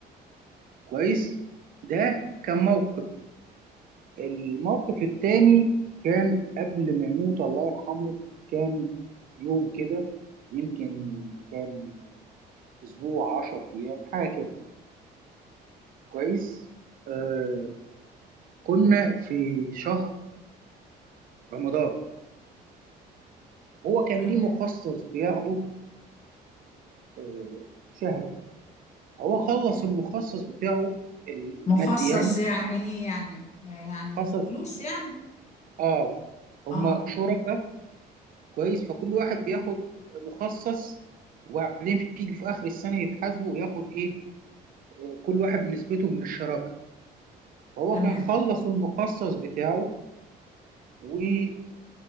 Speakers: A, on the right; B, on the left.
A: كويس ده كان موقف الموقف التاني كان قبل ما يموت الله يرحمه كام يوم كده يمكن كام اسبوع عشر ايام حاجه كده كويس آه كنا في شهر رمضان هو كان
B: تمام
A: ليه مخصص بياخده آه شهري هو خلص المخصص بتاعه المادي
B: مخصص
A: يعني
B: يعني ايه يعني آه، يعني
A: خصص
B: فلوس يعني
A: اه هم
B: اه
A: شركاء كويس فكل واحد بياخد مخصص وبعدين في في اخر السنه يتحاسبوا وياخد ايه آه، كل واحد نسبته من الشراكه هو
B: تمام
A: كان خلص المخصص بتاعه واخد